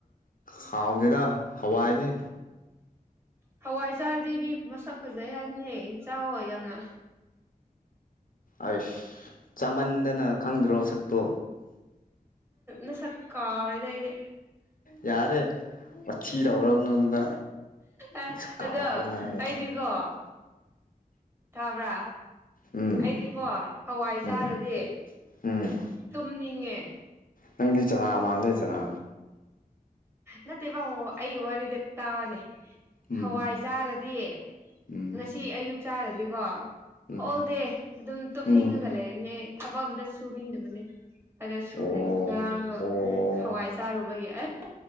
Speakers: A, on the left; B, on the right.
A: ꯈꯥꯎꯗꯅ ꯍꯋꯥꯏꯅꯤ
B: ꯍꯋꯥꯏ ꯆꯥꯔꯗꯤ ꯃꯤ ꯃꯁꯛ ꯐꯖꯩ ꯍꯥꯏꯕꯅꯦ ꯆꯥꯛꯑꯣ ꯌꯥꯝꯅ
A: ꯑꯁ ꯆꯃꯟꯗꯅ ꯈꯪꯗ꯭ꯔꯣ ꯁꯛꯇꯣ
B: ꯏ ꯁꯀꯥꯗ ꯏꯗꯤ
A: ꯌꯥꯔꯦ ꯃꯤꯔꯎꯔꯒꯅꯨ ꯑꯗꯨꯗ
B: ꯑ
A: ꯑꯁ ꯀꯥꯎꯈ꯭ꯔꯖꯥꯠꯅꯤ
B: ꯑꯗꯣ ꯑꯩꯗꯤꯀꯣ ꯊꯥꯕ꯭ꯔꯥ
A: ꯎꯝ
B: ꯑꯩꯗꯤꯀꯣ ꯍꯋꯥꯏ ꯆꯥꯔꯗꯤ
A: ꯎꯝ ꯎꯝ
B: ꯇꯨꯝꯅꯤꯡꯉꯦ
A: ꯅꯪꯒꯤ ꯆꯅꯥ ꯃꯥꯂꯦ ꯆꯅꯥ
B: ꯅꯠꯇꯦ ꯕ ꯑꯩ ꯋꯥꯔꯤꯗ ꯇꯥꯕꯅꯦ
A: ꯎꯝ
B: ꯍꯋꯥꯏꯖꯥꯔꯗꯤ
A: ꯎꯝ
B: ꯉꯁꯤ ꯑꯌꯨꯛ ꯆꯥꯔꯗꯤꯀꯣ
A: ꯎꯝ
B: ꯍꯣꯜ ꯗꯦ ꯑꯗꯨꯝ ꯇꯨꯞꯅꯤꯡꯉꯒ
A: ꯎꯝ
B: ꯂꯩꯔꯅꯤ ꯑꯩ ꯊꯕꯛ ꯑꯝꯇ ꯁꯨꯅꯤꯡꯗꯕꯅꯦ ꯑꯗ ꯁꯨꯔꯦ
A: ꯑꯣ
B: ꯉꯔꯥꯡꯗꯣ
A: ꯑꯣ
B: ꯍꯋꯥꯏ ꯆꯥꯔꯨꯕꯒꯤ ꯑꯁ